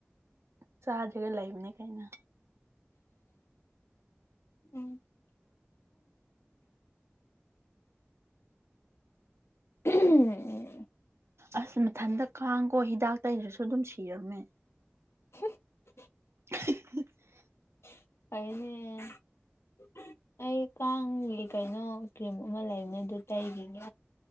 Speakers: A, on the right; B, on the left.
A: ꯆꯍꯥꯖꯒ ꯂ ꯂꯩꯕꯅꯦ ꯀꯥꯏꯅ
B: ꯎ ꯎꯝ
A: ꯑꯁ ꯃꯊꯟꯇ ꯀꯥꯡꯈꯣ ꯍꯤꯗꯥꯛ ꯇꯩꯗ꯭ꯔꯁꯨ ꯑꯗꯨꯝ ꯁꯤꯔꯝꯃꯦ
B: <unintelligible>
A: <unintelligible>
B: ꯑꯥꯏꯅꯦ ꯑꯩ ꯀꯥꯡꯒꯤ ꯀꯩꯅꯣ ꯀ꯭ꯔꯤꯝ ꯑꯃ ꯂꯩꯕꯅꯦ ꯑꯗꯨ ꯇꯩꯈꯤꯅꯦ